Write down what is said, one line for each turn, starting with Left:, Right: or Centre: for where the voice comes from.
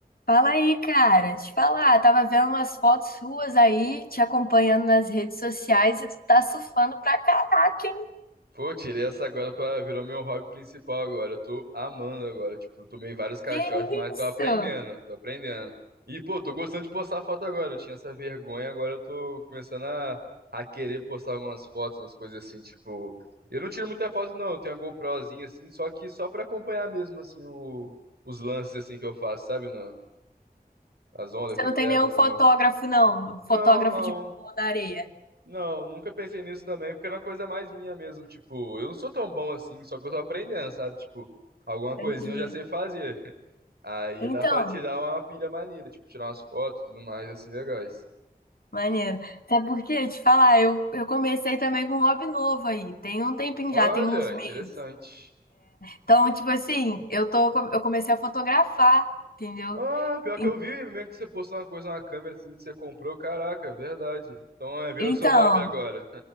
Left: Fala aí, cara. Te falar, tava vendo umas fotos suas aí, te acompanhando nas redes sociais e tu tá surfando pra caraca, hein?
Right: Pô, eu tirei essa agora pra virou meu hobby principal agora. Eu tô amando agora. Tipo, eu tomei vários caixotes,
Left: Que
Right: mas
Left: isso?
Right: tô aprendendo, tô aprendendo. E, pô, tô gostando de postar foto agora. Eu tinha essa vergonha, agora eu tô começando a, a querer postar umas fotos, umas coisas assim, tipo. Eu não tiro muita foto, não. Eu tenho uma GoProzinha assim, só que só pra acompanhar mesmo, assim, o, os lances assim que eu faço, sabe? Não? As ondas
Left: Você
Right: que
Left: não
Right: eu pego
Left: tem nenhum
Right: e
Left: fotógrafo,
Right: tal.
Left: não? Um Fotógrafo
Right: Não, não.
Left: de pulo na areia.
Right: Não, nunca pensei nisso também, porque era uma coisa mais minha mesmo. Tipo, eu não sou tão bom assim, só que eu tô aprendendo, sabe? Tipo, alguma coisinha
Left: Entendi.
Right: eu já sei fazer. <laughs> Aí
Left: Então,
Right: dá pra tirar uma pilha maneira, tipo, tirar umas fotos e tudo mais, assim, legais.
Left: maneiro. Até porque, te falar, eu, eu comecei também com um hobby novo aí. Tem um tempinho
Right: Olha,
Left: já, tem uns meses.
Right: interessante.
Left: Então, tipo assim, eu tô, eu comecei a fotografar, entendeu?
Right: Ah, pior
Left: En-
Right: que eu vi mesmo que você postou uma coisa na câmera assim que você comprou. Caraca, é verdade. Então é, virou
Left: Então.
Right: seu hobby agora.